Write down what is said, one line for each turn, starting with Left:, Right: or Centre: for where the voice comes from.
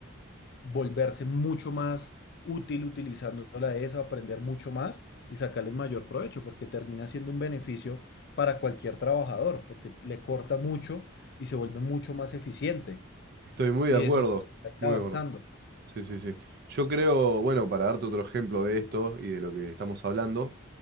Left: volverse mucho más útil utilizando la E S a aprender mucho más y sacarle el mayor provecho, porque termina siendo un beneficio para cualquier trabajador, porque le corta mucho y se vuelve mucho más eficiente.
Right: Estoy muy
Left: Y
Right: de acuerdo,
Left: de eso se trata de ir
Right: muy
Left: avanzando,
Right: de acuerdo. Sí, sí, sí. Yo creo, bueno, para darte otro ejemplo de esto y de lo que estamos hablando.